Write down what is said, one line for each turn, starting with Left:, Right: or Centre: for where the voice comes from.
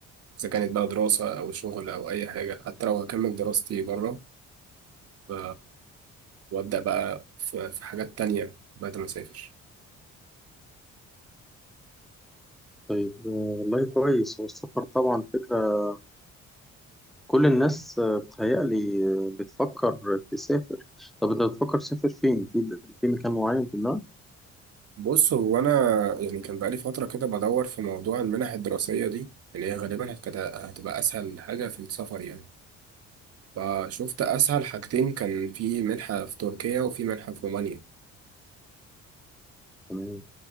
Right: اذا كانت بقى دراسه او شغل او اي حاجه حتى لو هكمل دراستي بره ف- وابدا بقى في في حاجات تانية بعد ما اسافر
Centre: طيب آه، والله كويس هو السفر طبعا فكرة كل الناس آه، بتهيألي آه، بتفكر تسافر طب انت بتفكر تسافر فين في في مكان معين في دماغك
Right: بص هو انا يعني كان بقالي فتره كده بدور في موضوع المنح الدراسيه دي اللي هي غالبا هتبقى هتبقى اسهل حاجه في السفر يعني فشفت أسهل حاجتين كان في منحة في تركيا وفي منحة في رومانيا
Centre: تمام